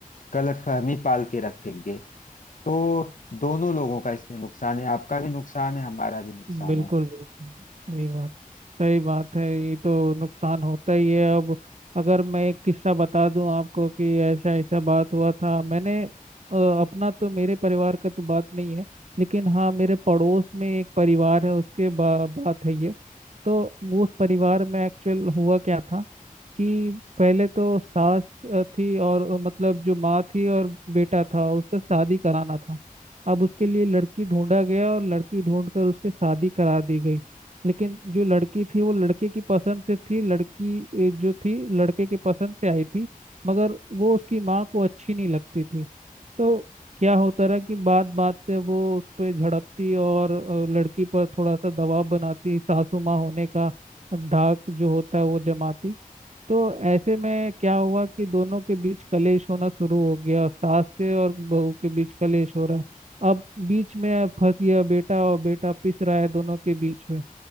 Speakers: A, on the left; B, on the right.
A: गलतफहमी पाल के रखेंगे तो दोनों लोगों का इसमें नुकसान है आपका भी नुकसान है हमारा भी नुकसान
B: बिल्कुल
A: है
B: बिल्कुल सही बात सही बात है ये तो नुकसान होता ही है अब अगर मैं एक किस्सा बता दूं आपको कि ऐसा ऐसा बात हुआ था मैंने अ, अपना तो मेरे परिवार का तो बात नहीं है लेकिन हाँ मेरे पड़ोस में एक परिवार है उसके बा, बात है ये तो उस परिवार में एक्चुअल हुआ क्या था कि पहले तो सास अ, थी और अ, मतलब जो माँ थी और बेटा था उसका शादी कराना था अब उसके लिए लड़की ढूंढा गया और लड़की ढूंढकर उसकी शादी करा दी गई लेकिन जो लड़की थी वो लड़के की पसंद से थी लड़की अ, जो थी लड़के के पसंद से आई थी मगर वो उसकी माँ को अच्छी नहीं लगती थी तो क्या होता रहा कि बात बात पे वो उस पर झड़पती और अ, लड़की पर थोड़ा सा दबाव बनाती सासू माँ होने का धाक जो होता है वो जमाती तो ऐसे में क्या हुआ कि दोनों के बीच कलेश होना शुरू हो गया सास के और बहू के बीच कलेश हो रहा है अब बीच में फंस गया बेटा और बेटा पिस रहा है दोनों के बीच में